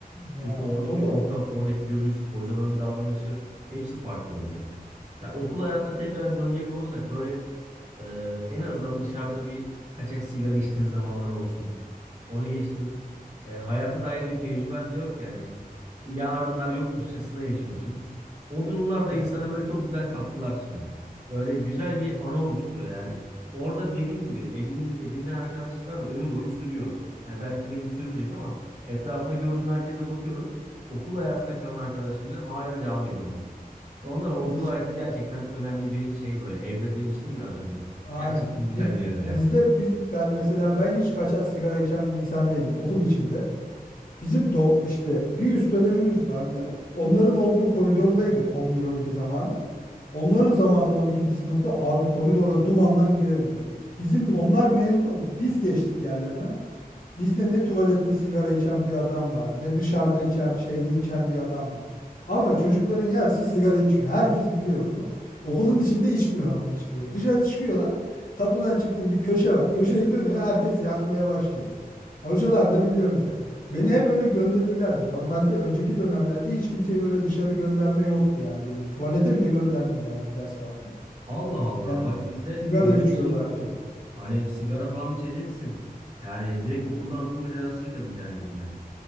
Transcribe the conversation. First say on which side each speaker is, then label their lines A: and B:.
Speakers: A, on the left (about 60°); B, on the right (about 50°).
A: yani
B: Çünkü oradaki
A: o da
B: ortam,
A: o.
B: oradaki görüş, hocaların davranışı hepsi farklı oluyor. Ya okul hayatta tekrar dönecek olursak böyle e, en azından dışarıda bir kaçak sigara içtiğin zamanlar olsun. Onu geçtim. E, hayata dair bir tecrüben de yok yani. Yarınlar yokmuşçasına yaşıyorsun. O durumlarda
A: Ya,
B: insana böyle çok güzel katkılar sunuyor. Böyle güzel bir anı oluşturuyor yani. Orada dediğin gibi edin, edinilen arkadaşlıklar da ömür boyu sürüyor. Yani belki benim sürmeyecek ama etrafımda gördüğüm herkese bakıyorum. Okul hayatına kalan arkadaşlarıyla halen devam ediyorlar. Ondan o okul
A: biz
B: hayatı gerçekten önemli bir şey böyle. Evre demiştim ya az önce.
A: aynen.
B: Gerçekten güzel
A: Bi-
B: bir evre
A: bizde
B: ya.
A: biz ben, mesela ben hiç kaçak sigara içen bir insan değilim okul içinde. Bizim do- işte bir üst dönemimiz vardı. Onların olduğu koridorlaydık 11-12 zamanı. Onların zamanı 12. sınıfta abi koridora dumandan giremiyorsun. Bizim onlar mezun oldu. Biz geçtik yerlerine. Bizde ne tuvalette sigara içen bir adam var, ne dışarıda içen, şeyde içen bir adam var. Ama çocukların yarısı sigara içiyor. Herkes biliyor bunu. Okulun içinde içmiyor ama hiçbiri. Dışarı çıkıyorlar. Kapıdan çıktım bir köşe var. Köşeyi dönüyor. Herkes yakmaya başlıyor. Hocalar da biliyor mesela. Beni hep öyle gönderirlerdi. Normalde önceki dönemlerde hiç kimseyi böyle dışarı gönderme yoktu yani. Böyle tuvalete bile göndermiyorlardı ders vakti.
B: Allah Allah.
A: Yani
B: Bak bizde
A: sigara
B: öyle
A: içiyorlardı.
B: bir şey yoktu. Hani sigara falan içeceksin. Yani direkt okuldan atılma cezasıyla nitelendiriliyor.